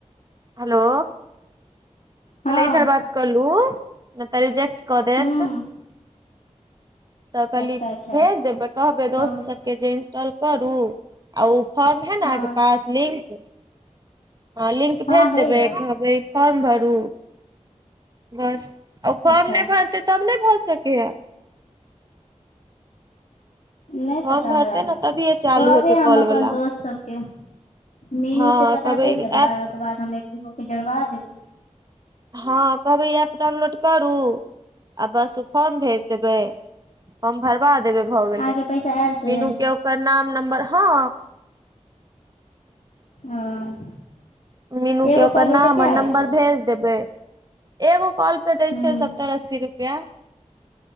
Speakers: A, on the right (about 35°); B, on the left (about 75°).
A: हलो
B: हँ
A: पले इधर बात कलू, न तऽ रिजेक्ट कऽ देत।
B: हूँ हूँ
A: तऽ कहली
B: अच्छा अच्छा
A: भेज देबै, कहबै दोस्त
B: कहू
A: सब के जे इंस्टॉल करू। आ ऊ फॉर्म है
B: हँ
A: ने अहाँ के पास लिंक? हँ लिंक
B: हँ
A: भेज
B: हइ
A: देबै
B: ग
A: कहबै फॉर्म भरू, बस। आ फॉर्म
B: अच्छा
A: नै भरतै तब नै भऽ सकैए?
B: नै
A: फॉर्म
B: पता हमरा,
A: भरतै ने तभिए चालू
B: कहबै
A: हेतै
B: हम
A: कॉल
B: अपन
A: वाला
B: दोस्त सब मीनू
A: हँ
B: से पता
A: कहबै
B: कैर लेबै
A: ऐप
B: ओकर बाद हम एक- दू- गो के जोड़बा देबै।
A: हँ कहबै इ एप डाउनलोड करू आ बस उ फॉर्म भेज देबै। हम भरबा देबै भऽ
B: अहाँके
A: गेलै
B: पैसा आयल से
A: मीनू के ओकर नाम नम्बर हँ
B: हँ।
A: मीनू
B: एगो
A: के ओकर
B: कॉल
A: नाम
B: पर कते
A: आ
B: आबै
A: नम्बर
B: छै
A: भेज देबै एगो कॉल पर दै
B: हूँ
A: छै सत्तर-अस्सी रुप्या।